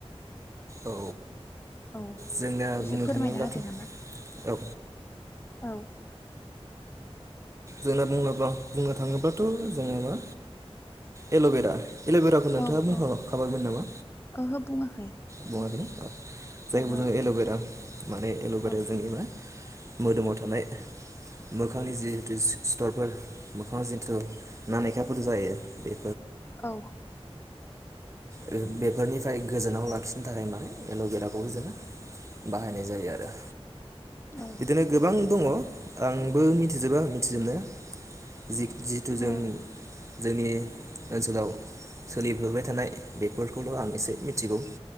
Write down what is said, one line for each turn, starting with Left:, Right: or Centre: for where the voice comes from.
Right: औ
Left: औ
Right: जोंना
Left: एसे
Right: बुंनो
Left: फोरमायना
Right: थाङोब्लाथ'
Left: होदो नामा
Right: औ
Left: औ <inaudible>
Right: होन्ना बुङोब्ला बुंनो थाङोब्लाथ' जोङो मा एल'बेरा। एल'भेराखौ नोंथाङा
Left: औ
Right: बुंखाखाबायमोन
Left: औ
Right: नामा
Left: ओहो बुङाखै
Right: बुङाखै ना औ। जायखौ
Left: ओहो
Right: जोङो एल'बेरा माने एल'भेराया
Left: औ
Right: जोंनि मा मोदोमाव थानाय मोखांनि जि जि सि-सिथरफोर मोखाङाव जिन्थु नानेखाफोर जायो बे
Left: औ।
Right: बे-बेफोरनिफाय गोजानाव लाखिनो थाखाय माने एल'भेराखौबो जोङो बाहायनाय जायो आरो।
Left: औ
Right: बिदिनो गोबां दङ' आंबो मिथिजोबा मिथिजोबनाया। जि-जिथु जों
Left: औ उम
Right: जोंनि ओनसोलाव सोलिबोबाय थानाय बेफोरखौल' आं एसे मिथिगौ।